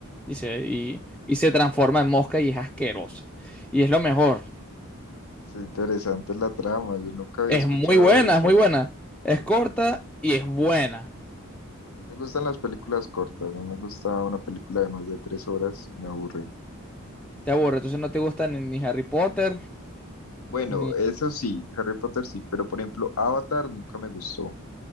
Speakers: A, in the centre; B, on the left (about 75°).
A: Dice, y, y se transforma en mosca y es asquerosa. Y es lo mejor.
B: Es interesante la trama, yo nunca había
A: Es
B: escuchado
A: muy buena,
B: esa.
A: es muy buena. Es corta y es buena.
B: Me gustan las películas cortas, no me gusta una película de más de tres horas, me aburre.
A: te aburre, entonces no te gusta ni ni Harry Potter,
B: Bueno,
A: ni
B: eso sí, Harry Potter sí, pero por ejemplo, Avatar nunca me gustó.